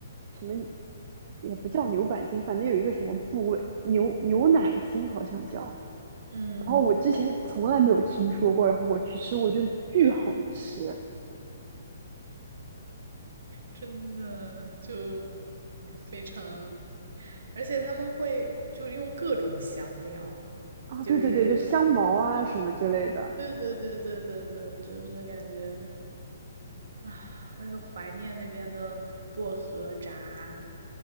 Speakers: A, on the right; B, on the right.
A: 什么也不叫牛板筋，反正有一个什么部位牛牛奶筋好像叫，
B: 嗯，
A: 然后我之前从来没有听说过，然后我去吃，我觉得巨好吃
B: 真的就非常，而且他们会就用各种香料，
A: 啊！
B: 就是
A: 对对对，就香茅啊什么之类的
B: 对对对对对对，就是感觉啊，那就怀念那边的薄荷炸